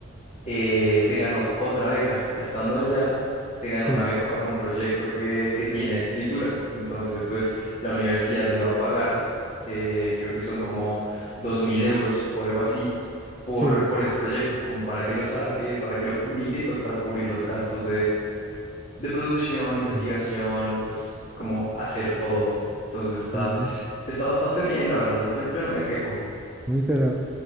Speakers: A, on the left; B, in the centre.
A: eh, se ganó otra beca. Ya estando allá, se ganó
B: sí,
A: una beca para un proyecto que, que tiene de escritura. Entonces, pues la universidad le va a pagar, eh, creo que son como 2.000 euros o algo así. Por,
B: sí.
A: por ese proyecto, como para que lo saque, para que lo publique y pues para cubrir los gastos de producción, investigación,
B: <clears throat>
A: pues como hacer todo. Entonces está,
B: Uy, <laughs>
A: está bastante bien, la verdad. Yo, yo no me quejo.
B: Uy, pero